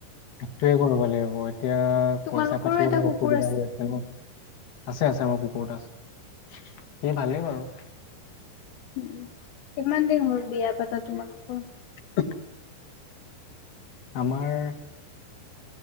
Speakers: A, on the left; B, on the left.
A: সেইটোৱে কৰিব লাগিব এতিয়া
B: তোমালোকৰো
A: পইচা পাতি
B: এটা
A: অ
B: কুকুৰ
A: অসুবিধা হৈ আছে ন। আছে আছে আমাৰ কুকুৰটো আছে সেই ভালেই বাৰু।
B: উ কিমান দিন হল বিয়া পাতা তোমালোকৰ?
A: <unintelligible> আমাৰ